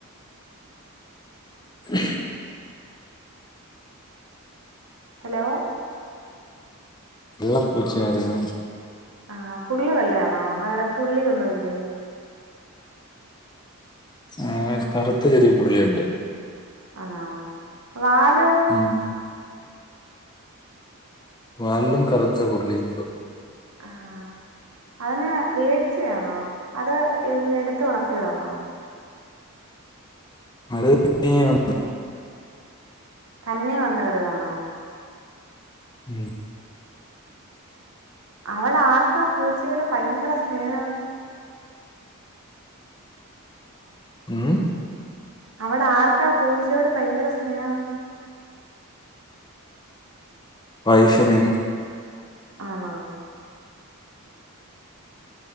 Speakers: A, on the left; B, on the right.
A: ഉ
B: ഹലോ
A: വെള്ള പൂച്ചയാരുന്നോ
B: ആഹ് ഫുള്ള് വെള്ളയാണോ വേറെ പുള്ളിയൊന്നുവില്ലേ
A: ആഹ് കറുത്ത ചെറിയ പുള്ളിയൊണ്ട്
B: ആഹ് വാലോ?
A: ഉം വാലിലും കറുത്ത പുള്ളിയൊണ്ട്
B: ആഹ് അതിനെ വേടിച്ചയാന്നോ അത് എങ്ങനെ എടുത്ത് വളത്തിയാണോ?
A: <unintelligible>
B: തന്നെ വന്ന് കേറിതാണോ.
A: ഉം
B: അവടാർക്കാ പൂച്ചയോട് ഭയങ്കര സ്നേഹം
A: ഉം
B: അവടാർക്കാ പൂച്ചയോട് ഭയങ്കര സ്നേഹം?
A: വൈഫിന്
B: ആണോ?